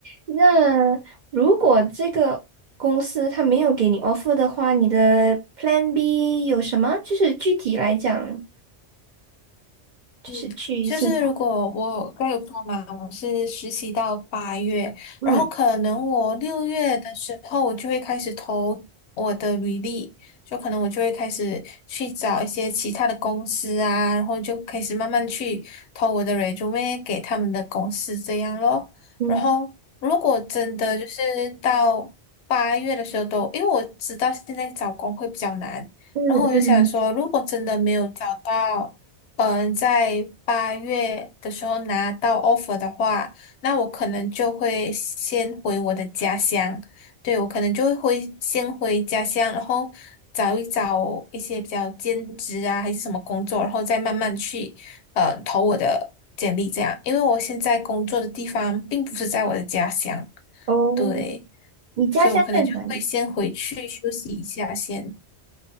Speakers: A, on the right (about 55°); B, on the left (about 75°).
A: 那如果这个公司他没有给你 offer 的话，你的 Plan B 有什么？就是具体来讲，就是去新加坡。
B: 嗯，就是如果我刚有说嘛，我是实习到八月，
A: 嗯
B: 然后可能我六月的时候，我就会开始投我的履历，就可能我就会开始去找一些其他的公司啊，然后就开始慢慢去投我的 resume 给他们的公司这样咯。
A: 嗯
B: 然后如果真的就是到八月的时候都，因为我知道现在找工会比较难，
A: 嗯嗯，
B: 然后我就想说，如果真的没有找到。嗯、呃在八月的时候拿到 offer 的话，那我可能就会先回我的家乡。对，我可能就会回先回家乡，然后找一找一些比较兼职啊，还是什么工作，然后再慢慢去呃投我的简历这样。因为我现在工作的地方并不是在我的家乡，
A: 哦，
B: 对，
A: 你家乡在哪里？
B: 所以我可能就会先回去休息一下先。